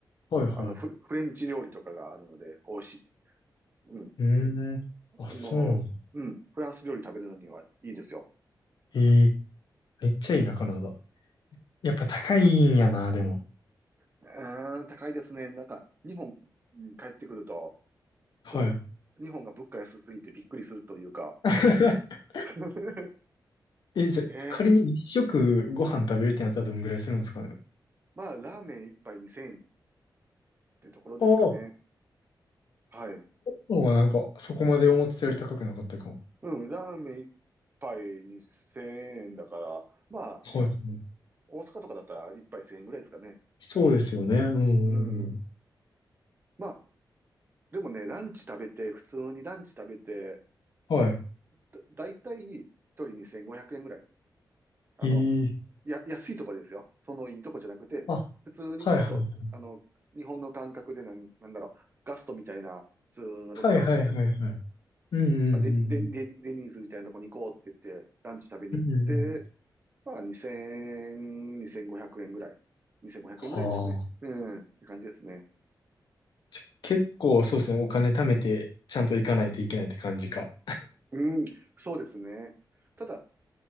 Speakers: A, on the left (about 65°); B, on the right (about 25°).
A: はいはい。
B: あのフレ、
A: う
B: フレンチ料理とかがあるので、美味しい。うん。
A: ん。あ、
B: あの、
A: そうなの。
B: うん。フランス料理食べるのにはいいですよ。
A: ええ、めっちゃいいな、カナダ。やっぱ高いんやな、でも。
B: うーん、高いですね。なんか、日本に帰ってくると、
A: はい。
B: ちょっと、日本が物価安すぎてびっくりするというか。
A: <laughs>
B: <laughs>
A: え、じゃあ、
B: ねえ。
A: 仮に一食ご飯食べるってなったらどんぐらいするんですかね。
B: まあ、ラーメン一杯2000円ってところですかね。
A: ああ、ご
B: はい。
A: 飯はなんか、そこまで思ってたより高くなかったかも。
B: うん、ラーメン一杯2000円だから、まあ、
A: はい。
B: 大阪とかだったら一杯1000円ぐらいですかね。
A: そうですよね。うんう
B: うん。
A: んうん。
B: まあ、でもね、ランチ食べて、普通にランチ食べて、
A: はい。
B: だ、だいたい一人2500円ぐらい。あの、
A: ええ
B: や、安いとこですよ。そのいいとこじゃなくて、
A: あ、
B: 普通にちょっと、
A: はいはい。
B: あの、日本の感覚でなん、なんだろう、ガストみたいな普通のレストランに、
A: はいはいはいはい。うんうんうん
B: とか、で、で、で、デニーズみたいなとこに行こうって言って、ランチ食べに行って、
A: うん。うんうん。
B: まあ2000、2500円ぐらい。2500円ぐらいですね。
A: はあ。
B: うん、って感じですね。
A: ちょ結構そうですね。お金貯めて、ちゃんと行かないといけないって感じか。
B: うん、そうですね。ただ、